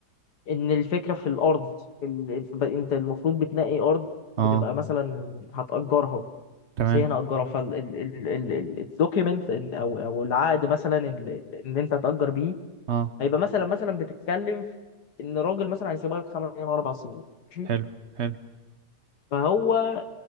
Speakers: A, on the left (about 75°); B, on the right (about 50°).
A: ان الفكره في الارض ال- انت أنت المفروض بتنقي ارض
B: اه
A: بتبقى مثلا هتأجرها
B: تمام
A: بس هي هنا أجرها فالدوكيمنت او او العقد مثلا اللي اللي انت هتأجر بيه
B: اه
A: هيبقى مثلا مثلا بتتكلم في ان راجل مثلا هيسيبها لك خمس سنين ولا اربع سنين ماشي
B: حلو حلو
A: فهو